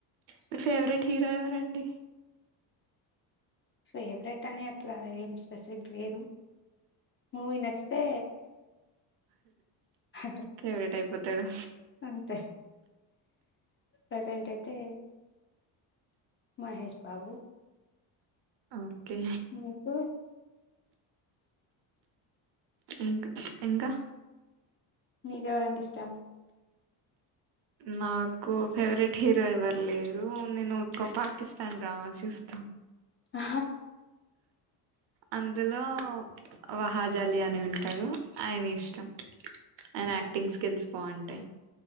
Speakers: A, on the right; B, on the left.
A: మీరు ఫేవరెట్ హీరో ఎవరండి
B: ఫేవరెట్ అని అట్లా ఏం స్పెసిఫిక్ లేదు మూవీ నచ్చితే అ
A: ఫేవరెట్ అయిపోతాడు
B: అంతే ప్రెజెంట్ అయితే మహష్ బాబు
A: ఓకే
B: నీకు
A: ఇంకా ఇంకా
B: నీకెవరంటే ఇష్టం
A: నాకు ఫేవరెట్ హీరో ఎవరు లేరు నేనుక్కువ పాకిస్తాన్ డ్రామా చూస్తా త
B: ఆ
A: అందులో వహాజాలి అని ఉంటారు ఆయన ఇష్టం అయన
B: అవును
A: యాక్టింగ్ స్కెల్స్ బాగుంటాయి